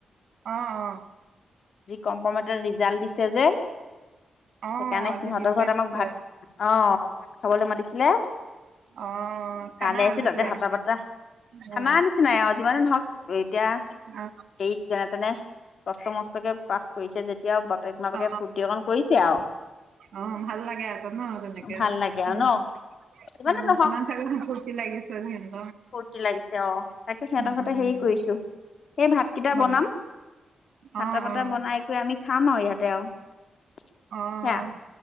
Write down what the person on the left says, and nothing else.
জি কম্পমেণ্টৰ ৰিজাল্ট দিছে যে সেইকাৰণে
সিহঁতৰ
ঘৰত
আমাক ভাত, অ', ভাত খাবলৈ মাতিছিলে
তালৈ
আহিছো
তাতে
হাতা পাতা
খানা নিচিনাই আৰু যিমানেই নহওঁক, এতিয়া
হেৰি যেনে-তেনে কষ্ট-মষ্টকে পাছ কৰিছে যেতিয়া আৰু বাপেক মাপেকে
ফূৰ্তি অকণ কৰিছে আৰু।
ভাল লাগে আৰু
ন যিমানে
নহওক
ফূৰ্তি লাগিছে অ', তাকে সিহঁতৰ
ঘৰতে হেৰি কৰিছোঁ, সেই ভাত কেইটা
বনাম হাতে
পাতে
বনাই কৰি আমি খাম আৰু ইয়াতে আৰু
সেয়া